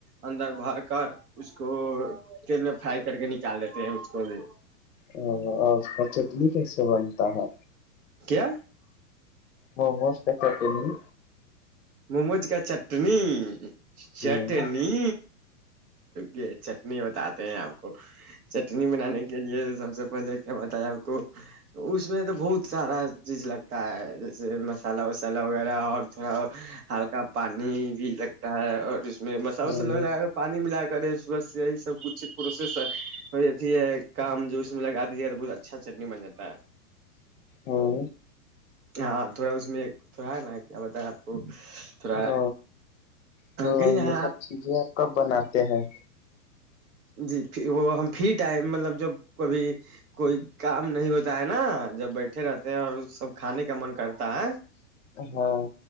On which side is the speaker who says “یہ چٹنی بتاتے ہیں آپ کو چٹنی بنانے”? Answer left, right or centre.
Right